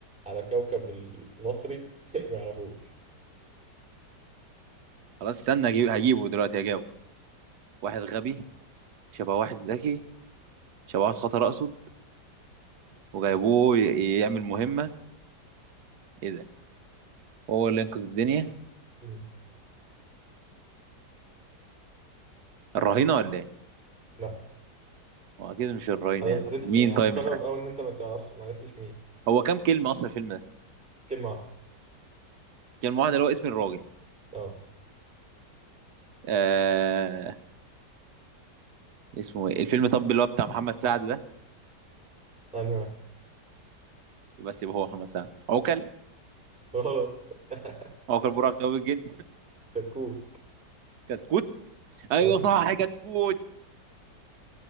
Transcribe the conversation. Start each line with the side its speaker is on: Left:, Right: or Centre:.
Centre: على كوكب المصري <laughs> ما يعرفوش
Right: خلاص استنى اجيب هجيبه دلوقتي هجاوب واحد غبي شبه واحد ذكي شبه واحد خطر اقصد وجايبوه ي- يعمل مهمة ايه ده هو اللي ينقذ الدنيا
Centre: مم.
Right: الرهينة ولا ايه
Centre: لا
Right: هو اكيد مش الرهينة
Centre: هت...
Right: يعني
Centre: هت...
Right: مين
Centre: يعني
Right: طيب
Centre: هتستغرب
Right: مش عارف
Centre: قوي ان انت ما تعرفش ما عرفتش مين
Right: هو كام كلمة اصلا الفيلم ده
Centre: كلمه واحده
Right: كلمة واحدة اللي هو اسم الراجل
Centre: اه
Right: آه... اسمه ايه الفيلم طب اللي هو بتاع محمد سعد ده
Centre: انا واحد
Right: بس يبقى سيبه هو محمد سعد عوكل
Centre: غلط <laughs>
Right: عوكل برعب بتاع الجن
Centre: كتكوت
Right: كتكوت ايوه
Centre: طيب
Right: صح كتكوت